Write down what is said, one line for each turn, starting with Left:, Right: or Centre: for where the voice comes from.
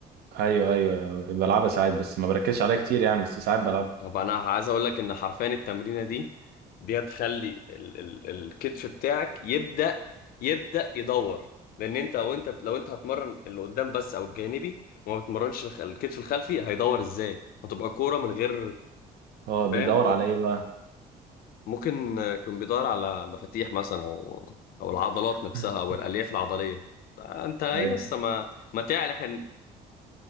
Right: ايوه ايوه بلعبها ساعات بس ما بركزش عليها كتير يعني بس ساعات بلعبها
Left: طب انا عايز اقول لك ان حرفيا التمرينه دي دي هتخلي ال ال الكتف بتاعك يبدا يبدا يدور لان انت لو انت لو انت هتمرن اللي قدام بس او الجانبي وما بتمرنش الخ- الكتف الخلفي هيدور ازاي هتبقى كوره من غير
Right: هو بيدور
Left: فاهم
Right: على ايه بقى
Left: ممكن آه، يكون بيدور على مفاتيح مثلا او او العضلات
Right: <laughs>
Left: نفسها او الالياف العضليه انت ايه
Right: ايوه
Left: اصلا ما ما تعال احنا